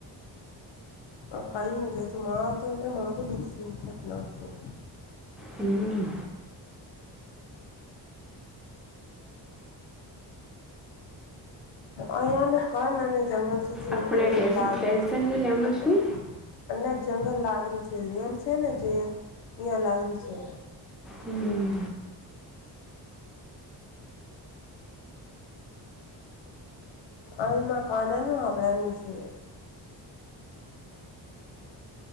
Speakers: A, on the left (about 65°); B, in the centre.
A: હ કઈ, ન કહેશુંમા તો ને મા તો દુખસુંત ના છું.
B: હમ્મ.
A: અહંયા, ન કન અને જંગલ શું છોટું
B: આપણે
A: એમ લાગ્યું
B: ટેન્શન
A: છે,
B: ને લેવાનું
A: એટલે
B: શું
A: અને જ લાગડ્યું છે, જેલ છેને, જેલ યાં લાગર્યું, છે.
B: હમ્મ.
A: અ એમાં કનાનુ હડાનુ છે.